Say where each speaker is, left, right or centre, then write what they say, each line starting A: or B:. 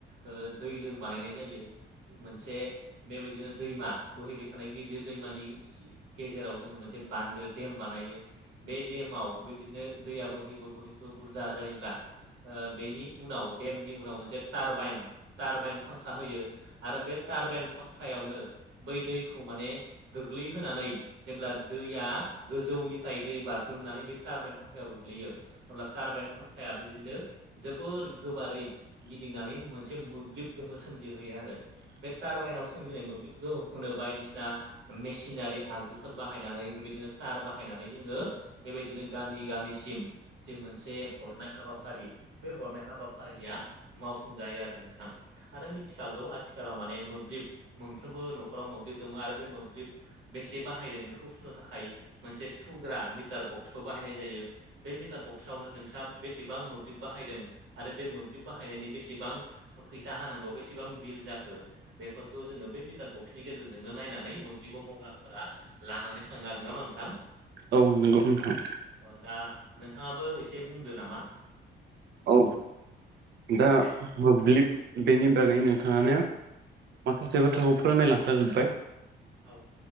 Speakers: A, on the right; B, on the right.
A: ओ दैजों बानायनाय जायो मोनसे बेबायदिनो दैमा बोहैबाय थानाय गिदिर दैमानि गेजेराव जोङो मोनसे बान्दो देम बानायो बे देमाव बेबायदिनो दैया बोहैबो बोहैबो बुरजा जायोब्ला ओ बेनि उनाव देमनि उनाव मोनसे टारबाइन टारबाइन फांखा होयो आरो बे टारबाइन फांखायावनो बै दैखौ माने गोग्लैहोनानै जेब्ला दैया गोजौनि फ्राय दै बाज्रुमनानै बे टारबाइन फांखायाव गोग्लैयो हब्ला टारबाइन फांखाया बेबायदिनो जोबोर गोबारै गिदिंनानै मोनसे मोब्लिब गोहो सोमजिहोयो आरो। बे टारबाइनाव सोमजिनाय मोब्लिब गोहोखौनो बायदिसिना मेसिनारि आगजुफोर बाहायनानै बेबायदिनो तार बाहायनानै जोङो बेबायदिनो गामि गामिसिम जे मोनसे हरनाय हाबाफारि बे हरनाय हाबाफारिया मावफुंजायो आरो नोंथां। आरो मिथिखागौ आथिखालाव माने मोब्लिब मोनफ्रोमबो न'खराव मोब्लिब दङ आरो बे मोब्लिब बेसे बाहायदों बेखौ सुनो थाखाय मोनसे सुग्रा मिटार बक्सबो बाहायनाय जायो। बे मिटार बक्सआवनो नोंस्रा बेसेबां मोब्लिब बाहायदों आरो बे मोब्लिब बाहायनायनि बेसेबां फैसा हानांगौ बेसेबां बिल जाखो बेफोरखौ जोङो बे मिटार बक्सनि गेजेरजोंनो नायनानै मोब्लिबाव मावग्राफोरा लानानै थाङो आरो नङा होमबा नोंथां?
B: औ नंगौ। नोंथां
A: ओ ओ दा नोंथाङाबो एसे बुंदो नामा।
B: औ दा
A: दे
B: मोब्लिब बेनि बागै नोंथाङानो माखासे बाथ्राखौ फोरमायलांखाजोब्बाय
A: औ